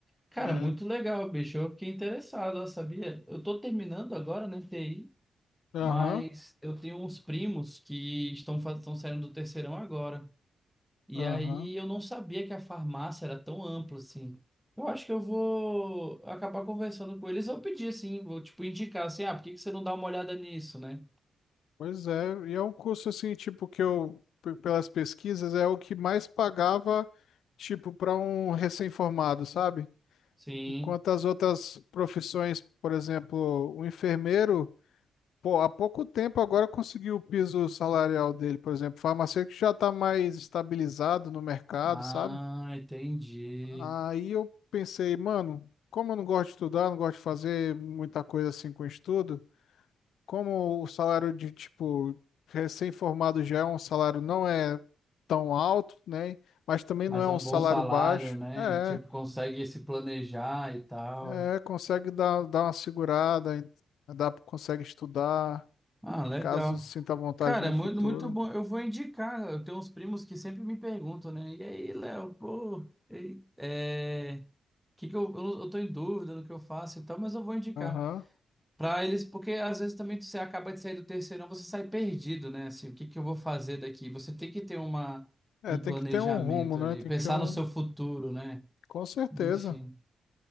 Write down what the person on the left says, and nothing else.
É.
Aham.
Aham.
Pois é, e é um curso assim, tipo, que eu, pe- pelas pesquisas, é o que mais pagava, tipo, para um recém-formado, sabe?
Enquanto as outras profissões, por exemplo, o enfermeiro, pô, há pouco tempo agora conseguiu o piso salarial dele, por exemplo, o farmacêutico já está mais estabilizado no mercado,
sabe?
Aí eu pensei, mano, como eu não gosto de estudar, não gosto de fazer muita coisa assim com estudo, como o salário de, tipo, recém-formado já é um salário não é tão alto, né? Mas também
não é
um
salário
baixo.
É,
é, consegue dar, dar uma segurada, en- dá, consegue estudar,
caso sinta vontade
no
futuro.
Aham.
É,
tem
que ter um rumo, né?
Tem
que ter um.
Com certeza.